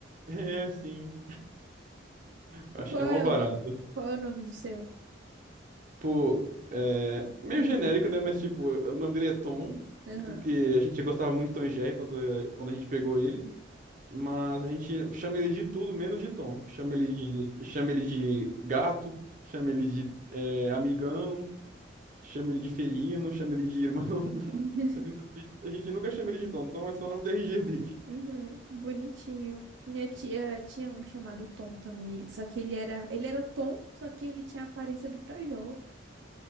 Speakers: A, on the right; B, on the right.
A: É, sim. Acho,
B: E qual
A: é mó
B: é
A: barato.
B: o nome? Qual é o nome do seu?
A: Tipo, é, meio genérico, né? Mas, tipo, o nome dele é Tom,
B: Aham.
A: porque a gente gostava muito de Tom e Jerry quando, quando a gente pegou ele. Mas a gente chama ele de tudo menos de Tom. Chama ele de, chama ele de gato, chama ele de é, amigão, chama ele de felino, chama ele de irmão. <laughs>
B: <laughs>
A: A gente a gente nunca chama ele de Tom. Tom é só o nome da RG dele.
B: Uhum, bonitinho. Minha tia tinha um chamado Tom também. Ele, só que ele era, ele era Tom, só que ele tinha a aparência do Frajola.